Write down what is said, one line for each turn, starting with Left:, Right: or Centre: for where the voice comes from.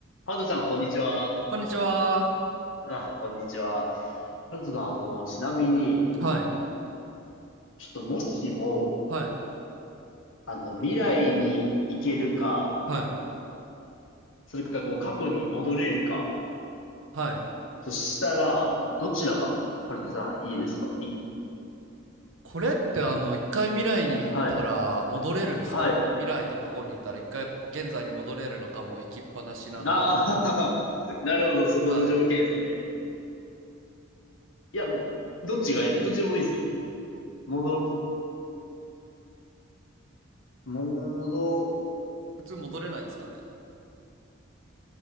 Left: ハルトさん、こんにちは。
Right: こんにちは。
Left: あ、こんにちは。ハルトさん、あの、ちなみに、
Right: はい、
Left: ちょっともしも、
Right: はい、
Left: あの、未来に行けるか、
Right: はい、
Left: それか、こう、過去に戻れるか、
Right: はい。
Left: としたら、どちらが、ハルトさん、いいですかい、
Right: これってあの、一回未来に行ったら戻れるんすかね未来と過去に行ったら一回現在に戻れるのか、
Left: はい。はい。
Right: もう行きっぱなしなのか。
Left: あー <laughs> なるほど、そこの条件ですね。
Right: はい。
Left: いや、どっちがいい、どっちでもいいですよ。戻、戻、
Right: 普通戻れないんですかね